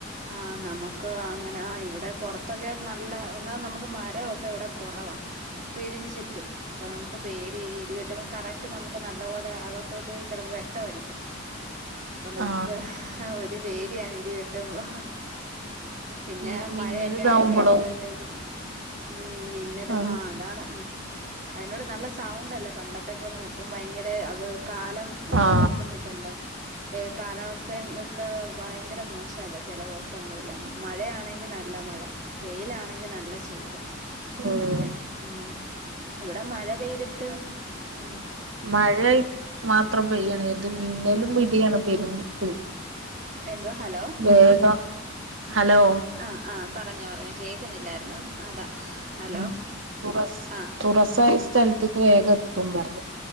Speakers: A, on the right; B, on the right.
A: ആഹ് നമുക്ക് അങ്ങനെ ആഹ് ഇവിടെ പോറത്തൊക്കെ നല്ല ഒന്നാതെ നമുക്ക് മരവൊക്കെ ഇവിടെ കൊറവാ വീടിന് ചുറ്റും അപ്പ നമുക്ക് പേടിയാ ഈ ഇടി വെട്ടുമ്പോ കറക്റ്റ് നമുക്ക് നല്ലപോലെ അകത്തോട്ട് ചെലപ്പം വെട്ടം അടിക്കും അപ്പം നമുക്ക്
B: ആ
A: ഒരു പേടിയാണ് ഇടി വെട്ടുമ്പോ പിന്നെ
B: ഈ
A: മഴയക്കെ
B: മിന്നല് ഇതാവുമ്പോളോ
A: ആയി കഴിയുമ്പോഴത്തേക്ക്‌ന് ഉം മിന്നലും
B: ആ
A: ആഹ് അതാണ് അയ്ന്റൂടെ നല്ല സൗണ്ടല്ലേ പണ്ടത്തെ പോലൊന്നും ഇപ്പം ഭയങ്കര അവ് കാലം ഒന്നും
B: ആ
A: നോക്കുന്നില്ലല്ലോ ഏഹ് കാലാവസ്ഥയുംയെക്കെ ഭയങ്കര മോശല്ലേ ചെല ദെവസങ്ങളിലങ്ങ് മഴയാണെങ്കി നല്ല മഴ വെയിലാണെങ്കി നല്ല ചൂട്
B: ഉം
A: അങ്ങനെ ഉം ഇവിടെ മഴ പെയ്തിട്ടും ഉം
B: മഴയായ് മാത്രം പെയ്യാണെ ഇത് മിന്നലും ഇടിയാണ് പെരും പേടി
A: എന്തുവാ ഹലോ
B: വേഗം ഹലോ
A: ആഹ് ആഹ് പറഞ്ഞോ ഏഹ് കേൾക്കുന്നില്ലാരുന്നു അതാ ഹലോ
B: ഉം തുറസ്
A: ആ
B: തുറസായ സ്ഥലത്ത്ക്ക് വേഗത്തും പറഞ്ഞ്